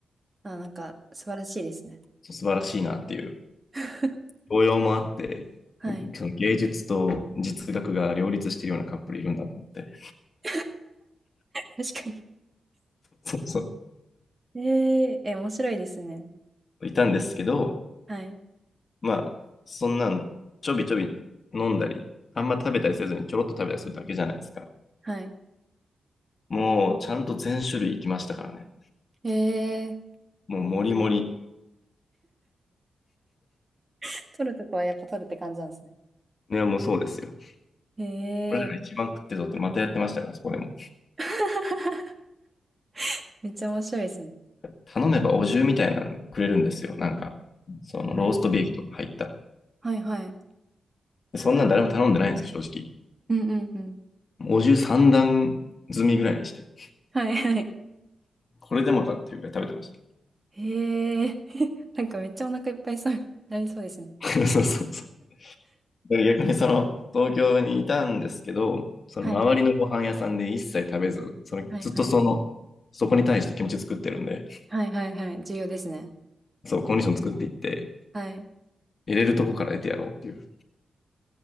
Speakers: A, on the right (about 30°); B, on the left (about 45°).
A: あ、なんか素晴らしいですね。
B: 素晴らしいなっていう、
A: <laughs>
B: 教養もあって、
A: はい。
B: その芸術と実学が両立しているようなカップルいるんだと思って、
A: <laughs> 確かに。
B: そうそ
A: えー、え、面白いですね。
B: う、いたんですけど、
A: はい。
B: まあ、そんなんちょびちょび飲んだり、あんま食べたりせずにちょろっと食べたりするだけじゃないですか。
A: は
B: もうちゃんと全種類いきましたからね。
A: い。えー、
B: もうもりもり。
A: <laughs> 撮るとこはやっぱ撮るって感じなんですね。
B: ね、もうそうですよ。
A: え
B: これだからが一番食ってぞってまたやってましたからね、
A: ー、
B: そこでも。
A: <laughs> めっちゃ面白いですね。
B: 頼めばお重みたいなのくれるんですよ。なんか、そのローストビーフとか入った
A: はい。はいはい。
B: そんなん誰も頼んでないんですよ、正
A: うんうんうん。
B: 直。お重3段積みぐらいにして、
A: はいはい。
B: これでもかっていうぐらい食べてまし
A: えー、<laughs> なんかめっちゃお腹いっぱいそう、<laughs> なりそうですね。
B: た。<laughs> そうそうそう。逆にその東京にいたんですけど、その周りのご飯屋さんで一切食べず、
A: はい。
B: そのずっとその、
A: はいはい。
B: そこに対して気持ち作ってるんで、
A: はいはいはい。重要ですね。
B: そう、コンディション作っていって、
A: はい。
B: 入れるとこから得てやろうっていう